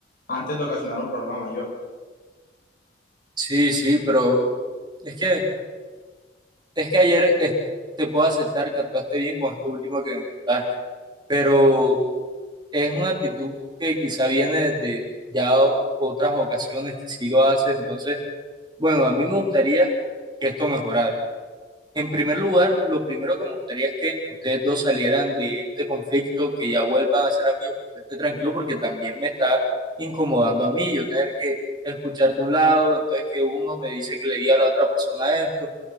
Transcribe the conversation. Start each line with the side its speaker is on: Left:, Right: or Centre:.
Left: antes de ocasionar un problema mayor.
Right: Sí, sí, pero es que Es que ayer eh, te puedo aceptar que actuaste bien con esto último que me contaste, pero es una actitud que quizá viene desde ya o- otras ocasiones que sí lo haces, entonces, bueno, a mí me gustaría que esto mejorara. En primer lugar, lo primero que me gustaría es que ustedes dos salieran de este conflicto, que ya vuelvan a ser amigos, que yo esté tranquilo porque también me está incomodando a mí, yo tener que escuchar de un lado, entonces que uno me dice que le di a la otra persona esto,